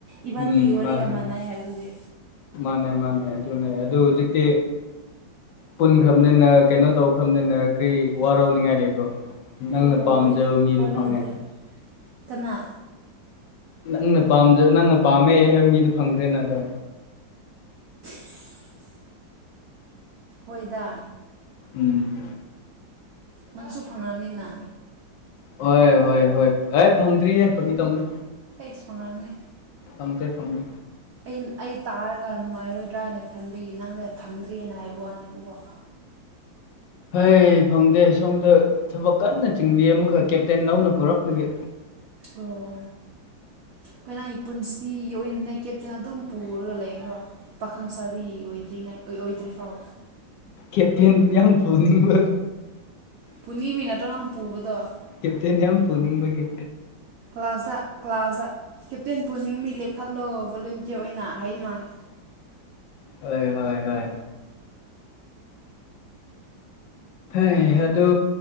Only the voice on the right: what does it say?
ꯏꯕꯥꯅꯤꯒꯤ
ꯋꯥꯔꯤꯒ
ꯃꯥꯟꯅꯩ ꯍꯥꯏꯕꯗꯨꯗꯤ
ꯍꯦ
ꯋꯥꯔꯧꯔꯣꯏꯗ
ꯋꯥꯔꯧꯗ꯭ꯔꯦ
ꯀꯅꯥ
<inaudible> ꯍꯣꯏꯗ
ꯅꯪꯁꯨ ꯐꯪꯉꯝꯅꯤꯅ
ꯏꯁ ꯐꯪꯂꯝꯅꯤ
ꯑꯩ ꯑꯩ ꯇꯥꯔꯒ ꯅꯨꯡꯉꯥꯏꯔꯣꯏꯗ꯭ꯔꯥ ꯍꯥꯏꯅ ꯈꯟꯕꯒꯤ ꯅꯪꯅ ꯐꯪꯗ꯭ꯔꯤꯅ ꯍꯥꯏꯕ ꯋꯥꯅꯦꯕꯀꯣ
ꯑꯣ ꯑꯩꯈꯣꯏ ꯅꯪꯒꯤ ꯄꯨꯟꯁꯤ <unintelligible> ꯀꯦꯞꯇꯦꯟ ꯑꯗꯨꯝ ꯄꯨꯔꯒ ꯂꯩꯒꯔꯣ ꯄꯥꯈꯪ ꯁꯥꯥꯔꯤ ꯑꯣꯏꯗ꯭ꯔꯤꯉꯩ ꯑꯣꯏꯗ꯭ꯔꯤ ꯐꯥꯎ
ꯄꯨꯅꯤꯃꯤ ꯅꯠꯇ꯭ꯔꯣ ꯅꯪ ꯄꯨꯕꯗꯣ
ꯀ꯭ꯂꯥꯁꯇ ꯀ꯭ꯂꯥꯁꯇ ꯀꯦꯞꯇꯦꯟ ꯄꯨꯅꯤꯡ ꯃꯤ ꯂꯦꯞꯈꯠꯂꯣ ꯕꯣꯂꯦꯟꯇꯤꯌꯔ ꯑꯣꯏꯅ ꯍꯥꯏꯗꯅ